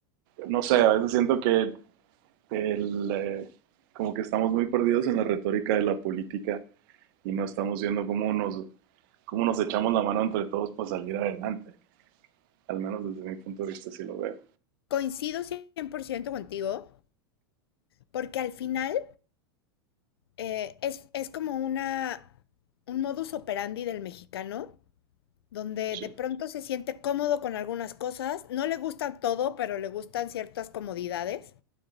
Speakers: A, on the right (about 60°); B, on the left (about 80°).
A: no sé, a veces siento que el, eh, como que estamos muy perdidos en la retórica de la política y no estamos viendo cómo nos, cómo nos echamos la mano entre todos para salir adelante. Al menos desde mi punto de vista sí lo veo.
B: coincido 100% contigo, porque al final eh, es, es como una, un modus operandi del mexicano donde
A: Sí,
B: de pronto se siente cómodo con algunas cosas, no le gusta todo, pero le gustan ciertas comodidades,